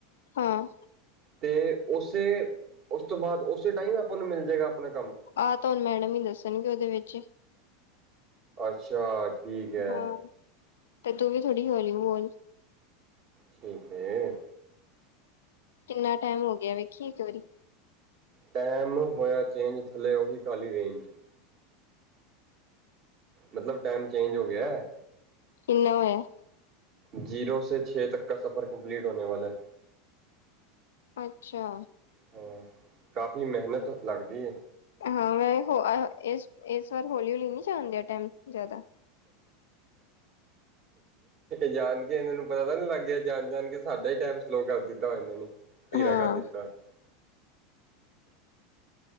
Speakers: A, on the left (about 70°); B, on the right (about 45°).
A: ਹਾਂ
B: ਤੇ ਓਸੇ ਉਸ ਤੋਂ ਬਾਅਦ ਓਸੇ ਟਾਈਮ ਆਪਾਂ ਨੂੰ ਮਿਲ ਜੇਗਾ ਆਪਣਾ ਕੰਮ।
A: ਆਹ ਤਾ ਹੁਣ ਮੈਡਮ ਈ ਦੱਸਣਗੇ ਓਦੇ ਵਿੱਚ।
B: ਅੱਛਾ। ਠੀਕ ਹੈ
A: ਹੂੰ, ਤੇ ਤੂੰ ਵੀ ਥੋੜੀ ਹੌਲੀ ਬੋਲ।
B: ਠੀਕ ਏ।
A: ਕਿੰਨਾ ਟਾਈਮ ਹੋ ਗਿਆ ਵੇਖੀ ਇੱਕ ਵਾਰੀ।
B: ਟੈਮ ਹੋਇਆ ਚੇਂਜ ਥੱਲੇ ਓਹੀ ਕਾਲੀ ਰੇਂਜ। ਮਤਲਬ ਟੈਮ ਚੇਂਜ ਹੋ ਗਿਆ।
A: ਕਿੰਨਾ ਹੋਇਆ?
B: ਜ਼ੀਰੋ ਸੇ ਛੇ ਤੱਕਰ ਸਫ਼ਰ ਕੰਪਲੀਟ ਹੋਣੇ ਵਾਲਾ।
A: ਅੱਛਾ।
B: ਹਾਂ, ਕਾਫੀ ਮਿਹਨਤ ਲੱਗਦੀ ਏ।
A: ਹਾਂ, ਹੋ ਅਹ ਏਸ, ਏਸ ਵਾਰ ਹੌਲੀ-ਹੌਲੀ ਨੀ ਜਾਣ ਦੇਆ ਟੈਮ ਜਾਦਾ।
B: ਜਾਣ ਕੇ ਇਹਨਾਂ ਨੂੰ ਪਤਾ ਤਾਂ ਨਹੀਂ ਲੱਗ ਗਿਆ ਜਾਣ ਜਾਣ ਕੇ ਸਾਡਾ ਹੀ ਟਾਈਮ ਸਲੋ ਕਰ ਦਿੱਤਾ ਵਾ ਇਹਨਾਂ ਨੇ ਧੀਰਾ
A: ਹਾਂ
B: ਕਰ ਦਿੱਤਾ ਹੋਏ